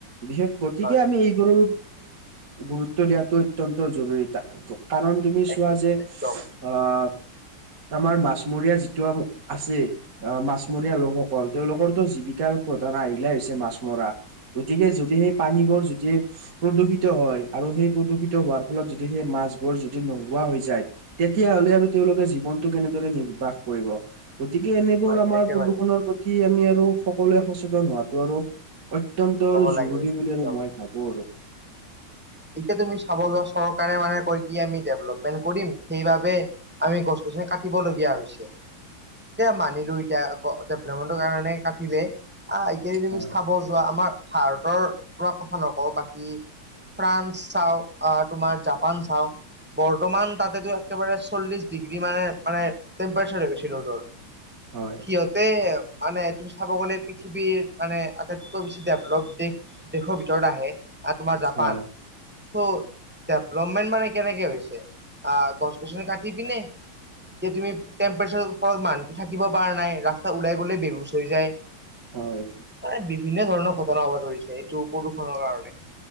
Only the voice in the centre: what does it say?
হয়
এক
একদম
হয়
একেবাৰে
হ'ব
লাগে একদম
এতিয়া তুমি চাব যোৱা চৰকাৰে মানে কৈ তি আমি ডেভেলপমেণ্ট কৰিম সেই বাবে আমি গছ- গছনি কাটিব লগীয়া হৈছে। দে মানিলো এতিয়া ক ডেভলপমেণ্টৰ কাৰণে কাটিলে আহ এতিয়াই তুমি
চাব যোৱা আমাৰ ভাৰতৰ পৰা কথা নকওঁ বাকী ফ্ৰান্স চাওঁ, আহ তোমাৰ জাপান চাওঁ। বৰ্তমান তাতেতো একেবাৰে চল্লিশ ডিগ্ৰী মানে, মানে টেম্পেচাৰ হৈ গৈছে ৰদৰ।
সিহঁতে
মানে তুমি চাব গ'লে পৃথিৱীৰ মানে আটাইতকৈ বেছি ডেভ- লভ দেশ দেশৰ ভিতৰত আহে তোমাৰ জাপান
চ' ডেভেলপমেণ্ট মানে কেনেকে হৈছে, আ'হ গছ- গছনি কাটি পিনে। এতিয়া তুমি টেম্পেচাৰ ওপৰত মানুহ থাকিব পাৰা নাই ৰাস্ত ওলাই গলেই বেহুচ হৈ যায়। <unintelligible>
হয়, বিভিন্ন ধৰণৰ ঘটনা হ'ব ধৰিছে এইটো প্ৰদূষণৰ কাৰণে।